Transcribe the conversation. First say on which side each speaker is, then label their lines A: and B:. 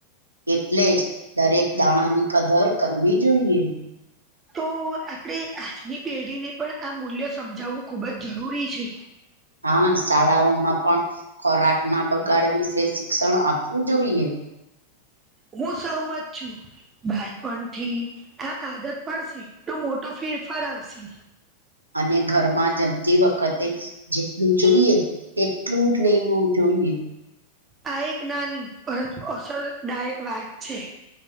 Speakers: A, on the right (about 80°); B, on the right (about 20°).
A: એટલે જ દાણા કદર કરવી જોઈએ.
B: તો આપણે આજની પેઢીને પણ આ મૂલ્ય સમજાવવું ખુબ જ જરૂરી છે.
A: હા શાળાઓમાં પણ ખોરાક ના બગાડ વિશે શિક્ષણ આપવું જોઈએ.
B: હું સહમત છું. બાળપણ થી આ આદત પાડશે તો મોટો ફેરફાર આવશે.
A: અને ઘરમાં જમતી વખતે જેટલું જોઈએ એટલું જ લેવું જોઈએ.
B: આ એક નાની પરંતુ અસરદાયક વાત છે.